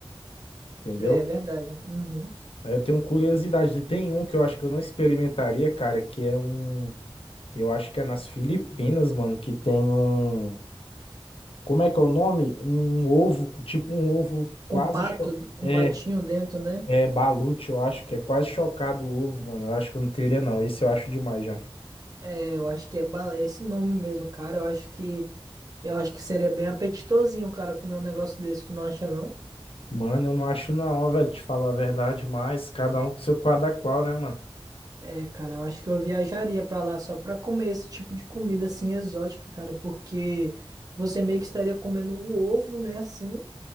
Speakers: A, on the left; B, on the right.
A: entendeu?
B: É verdade. Uhum.
A: Aí eu tenho curiosidade. Tem um que eu acho que eu não experimentaria, cara, que é um. Eu acho que é nas Filipinas, mano, que tem um. Como é que é o nome? Um ovo, tipo um ovo quase.
B: Com pato,
A: cho-
B: com
A: É,
B: patinho dentro, né?
A: é balute, eu acho que é quase chocado o ovo, mano. Eu acho que eu não teria, não. Esse eu acho demais já.
B: É, eu acho que é, bala- é esse nome mesmo, cara. Eu acho que eu acho que seria bem apetitosinho, cara, comer um negócio desse, tu não acha não?
A: Mano, eu não acho, não, velho, te falar a verdade, mas cada um com seu quadra qual, né, mano?
B: É, cara, eu acho que eu viajaria pra lá só pra comer esse tipo de comida assim exótica, cara, porque você meio que estaria comendo o ovo, né, assim,